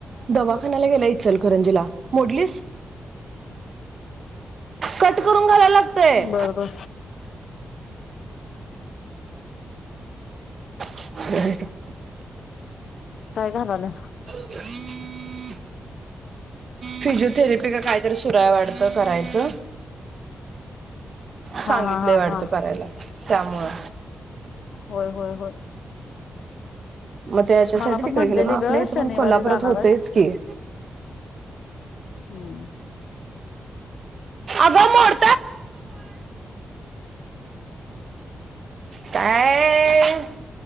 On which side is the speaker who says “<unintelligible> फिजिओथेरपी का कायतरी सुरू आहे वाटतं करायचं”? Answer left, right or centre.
Right